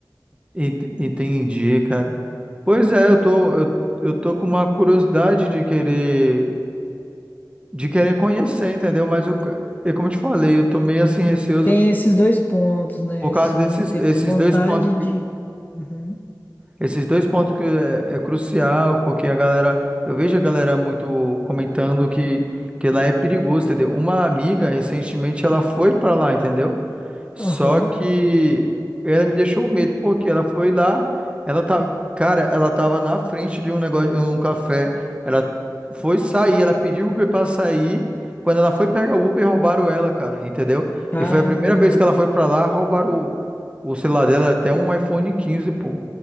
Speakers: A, on the right; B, on the left.
A: ent- entendi, cara. Pois é, eu tô eu, eu tô com uma curiosidade de querer de querer conhecer, entendeu? Mas eu, é como eu te falei, eu tô meio assim receoso
B: Tem esses dois pontos, né?
A: por
B: Assim,
A: causa desses
B: eu entendo.
A: esses
B: A vontade
A: dois pontos
B: de. Uhum.
A: Esses dois pontos que é, é crucial, porque a galera, eu vejo a galera muito comentando que, que lá é perigoso, entendeu? Uma amiga, recentemente, ela foi pra lá, entendeu? Só
B: Aham.
A: que ela me deixou medo, porque ela foi lá, ela tá, cara, ela tava na frente de um negócio, um café, ela foi sair, ela pediu o Uber pra sair, quando ela foi pegar o Uber, roubaram ela, cara, entendeu?
B: Caramba.
A: E foi a primeira vez que ela foi pra lá, roubaram o, o celular dela, até um iPhone 15, pô.